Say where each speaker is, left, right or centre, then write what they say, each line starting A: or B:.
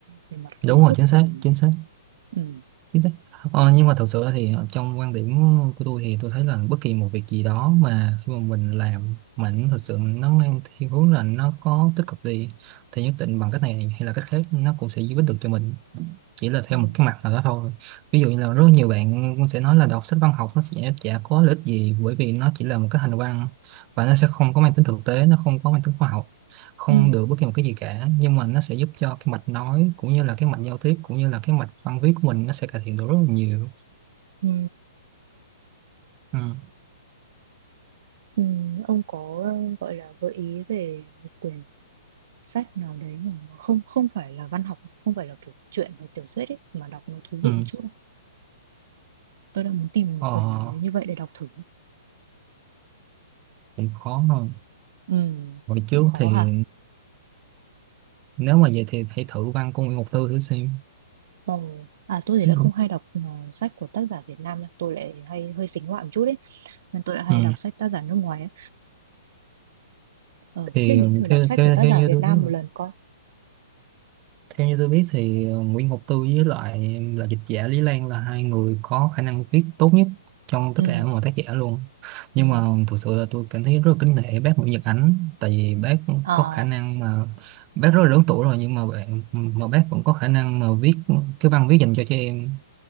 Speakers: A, on the right (about 50°); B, on the right (about 30°).
A: về mặt kiến
B: đúng rồi
A: thức
B: chính
A: của
B: xác
A: mình
B: chính xác
A: ừ.
B: Chính xác. Ờ, nhưng mà thật sự thì trong quan điểm của tôi thì tôi thấy là bất kỳ một việc gì đó mà khi mà mình làm mà nó thật sự nó mang thiên hướng là nó có tích cực đi thì nhất định bằng cách này hay là cách khác nó cũng sẽ giúp ích được cho mình chỉ là theo
A: Ừ.
B: một cái mặt nào đó thôi ví dụ như là rất nhiều bạn cũng sẽ nói là đọc sách văn học nó sẽ chả có lợi ích gì bởi vì nó chỉ là một cái hành văn và nó sẽ không có mang tính thực tế nó không có mang tính khoa học không
A: Ừ.
B: được bất kỳ một cái gì cả nhưng mà nó sẽ giúp cho cái mạch nói cũng như là cái mạch giao tiếp cũng như là cái mạch văn viết của mình nó sẽ cải thiện được rất là nhiều
A: Ừ.
B: ừ.
A: Ừ. ông có ờ, gọi là gợi ý về một quyển sách nào đấy mà nó không không phải là văn học không phải là kiểu truyện hoặc tiểu thuyết ấy mà đọc nó thú
B: Ừ.
A: vị một chút tôi đang muốn tìm một
B: Ờ,
A: quyển nào đấy như vậy để đọc thử
B: cũng khó hơn
A: ừ,
B: hồi trước
A: cũng khó
B: thì
A: hả
B: nếu mà vậy thì hãy thử văn của Nguyễn Ngọc Tư thử xem
A: Ồ, à tôi thì
B: ừ.
A: lại không hay đọc ờ, sách của tác giả Việt Nam nha tôi lại hay hơi xính ngoại một chút ấy nên tôi lại hay
B: Ừ.
A: đọc sách tác giả nước ngoài ấy ờ,
B: thì
A: có khuyên mình thử đọc
B: theo
A: sách
B: theo
A: của tác
B: theo
A: giả
B: như
A: Việt
B: tôi
A: Nam
B: biết
A: một lần coi
B: Theo như tôi biết thì ờ, Nguyễn Ngọc Tư với lại là dịch giả Lý Lan là hai người có khả năng viết tốt nhất trong tất
A: ừ,
B: cả mọi tác giả luôn. Nhưng
A: ừ,
B: mà thực sự là tôi cảm thấy rất là kính nể bác Nguyễn Nhật Ánh tại vì bác
A: à,
B: có khả năng mà bác rất là lớn tuổi rồi nhưng mà bạn mà bác vẫn có khả năng mà viết cái văn viết dành cho trẻ em